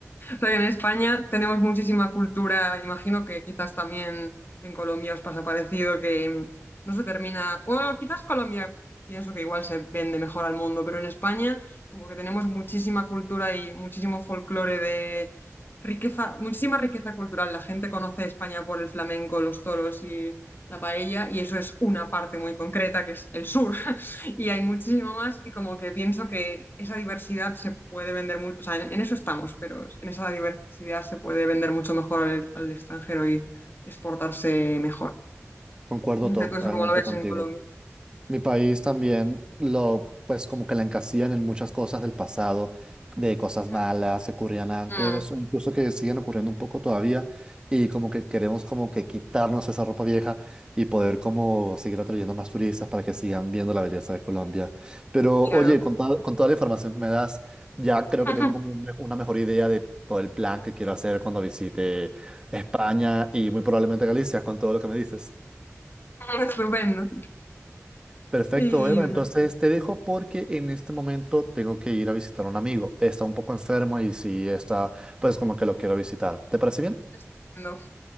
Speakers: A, on the left; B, on the right.
A: O sea, que en España tenemos muchísima cultura, imagino que quizás también en Colombia os pasa parecido, que mm, no se termina, bueno, quizás Colombia pienso que igual se vende mejor al mundo, pero en España como que tenemos muchísima cultura y muchísimo folclore de riqueza, muchísima riqueza cultural. La gente conoce España por el flamenco, los toros y la paella, y eso es una parte muy concreta que es el sur y hay muchísimo más y como que pienso que esa diversidad se puede vender mucho, o sea, en, en eso estamos, pero en esa diversidad se puede vender mucho mejor al, al extranjero y exportarse mejor.
B: Concuerdo
A: No
B: totalmente
A: sé, tú eso como lo ves
B: contigo.
A: en Colombia.
B: Mi país también lo, pues como que la encasillan en muchas cosas del pasado, de cosas
A: Ujú.
B: malas que ocurrían antes
A: Mm,
B: o incluso que siguen ocurriendo un poco todavía y como que queremos como que quitarnos esa ropa vieja y poder como seguir atrayendo más turistas para que sigan viendo la belleza de Colombia. Pero
A: claro.
B: oye, con, to- con toda la información que me das, ya creo
A: <laughs>
B: que tengo como un me- una mejor idea de todo el plan que quiero hacer cuando visite España y muy probablemente Galicia con todo lo que me dices.
A: Estupendo.
B: Perfecto,
A: Y
B: Eva. Entonces te dejo porque en este momento tengo que ir a visitar a un amigo. Está un poco enfermo y si está, pues como que lo quiero visitar. ¿Te parece bien?
A: estupendo.